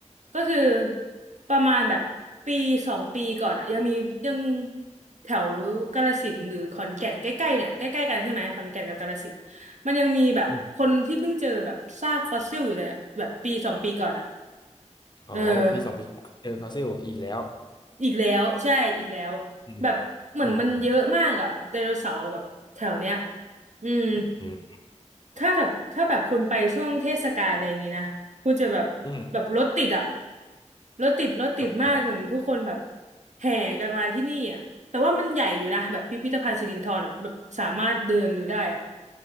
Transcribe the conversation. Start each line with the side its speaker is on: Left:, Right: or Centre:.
Right: ก็คือประมาณแบบปีสองปีก่อนอะยังมียังแถวกาฬสินธุ์หรือขอนแก่นใกล้ๆเนี่ยใกล้ๆกันใช่ไหมขอนแก่นกับกาฬสินธุ์มันยังมีแบบคนที่เพิ่งเจอแบบซากฟอสซิลอยู่เลยอะแบบปีสองปีก่อนอะ
Left: อืมอ๋อปีสองปีเจอฟอสซิลอีกแล้ว
Right: เออ อีกแล้วใช่ อีกแล้ว
Left: อืม
Right: แบบเหมือนมันเยอะมากอะไดโนเสาร์แบบแถวเนี้ย
Left: อืมอืม
Right: อืม
Left: อืม
Right: ถ้าแบบถ้าแบบคุณไปช่วงเทศกาลอะไรอย่างงี้นะคุณจะแบบแบบรถติดอะ
Left: อืม
Right: รถติดรถติดมากเหมือนทุกคนแบบ
Left: เข้าใจแล้ว
Right: แห่กันมาที่นี่อะแต่ว่ามันใหญ่อยู่นะแบบพิพิธภัณฑ์สิรินธรแบบแบบสามารถเดินดูได้อะ